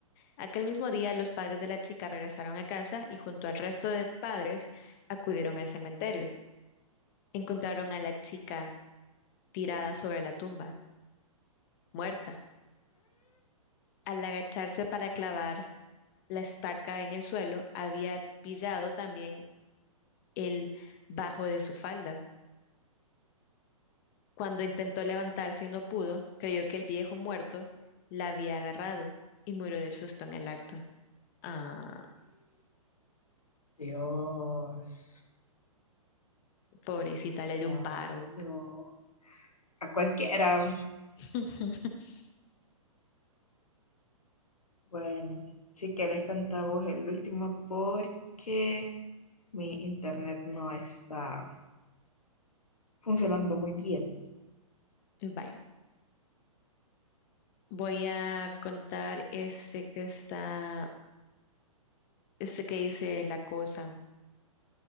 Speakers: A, on the left; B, on the left.
A: aquel mismo día los padres de la chica regresaron a casa y junto al resto de padres acudieron al cementerio. Encontraron a la chica tirada sobre la tumba, muerta. Al agacharse para clavar la estaca en el suelo, había pillado también el bajo de su falda. Cuando intentó levantarse y no pudo, creyó que el viejo muerto la había agarrado y murió del susto en el acto. Ah,
B: Dios.
A: pobrecita, le dio
B: Ay,
A: un paro.
B: no. A cualquiera.
A: <laughs>
B: Bueno, si quieres cantar vos el último porque mi internet no está funcionando muy bien.
A: Bye. Voy a contar este que está, este que dice la cosa.